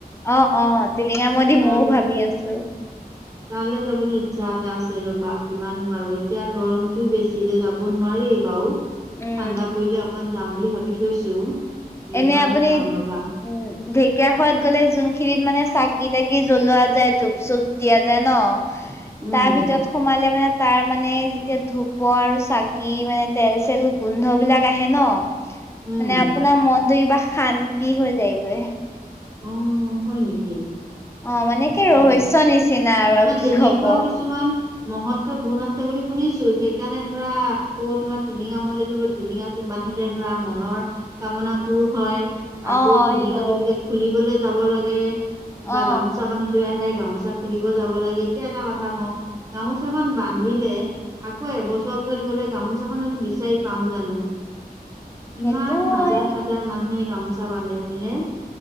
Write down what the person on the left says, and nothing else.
অ অ টিলিঙা মন্দিৰ
মইও ভাবি আছো।
উম
এনে
আপুনি
উ ঢেকীয়া খোৱাত গ'লে যোনখিনিত মানে চাকি তাকি- কি জ্বলোৱা যায় ধূপ চুপ দিয়া যায় ন,
তাৰ ভিতৰত সোমালে মানে- তাৰ মানে যেতিয়া ধূপ আৰু চাকি মানে তেল চেল গোন্ধ বিলাক আহে ন,
মানে আপোনাৰ মনটো কিবা শান্তি হৈ যায়গৈ।
অ মানে কি
ৰহস্য নিচিনা। আৰু
কি
কব
অ
সেইটো
অ
সেইটো
হয়